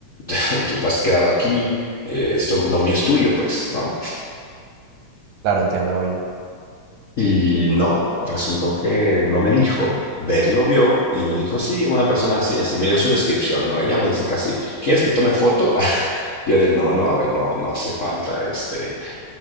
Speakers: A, on the left; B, on the right.
A: <laughs> tú te has quedado aquí, eh, esto, lo mío es tuyo, pues, ¿no?
B: Claro, entiendo, obvio.
A: Y no, resultó que no me dijo. Bere lo vio y me dijo, sí, una persona así, así. Me dio su descripción, ¿no? Ella me dice casi, ¿quieres que tome foto? <laughs> Yo de, no, no, a ver, no, no hace falta, este.